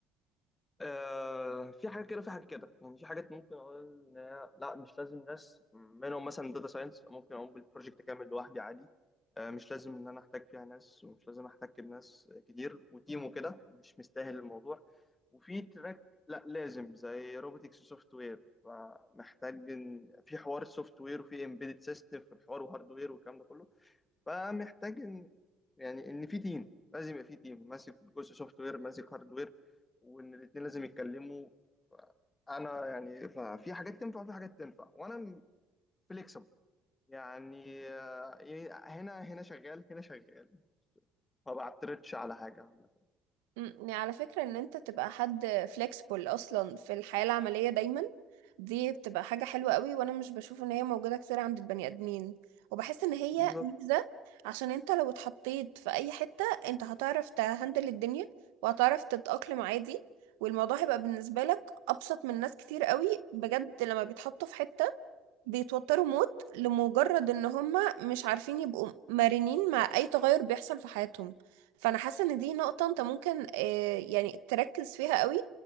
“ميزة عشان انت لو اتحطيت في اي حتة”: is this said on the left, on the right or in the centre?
Right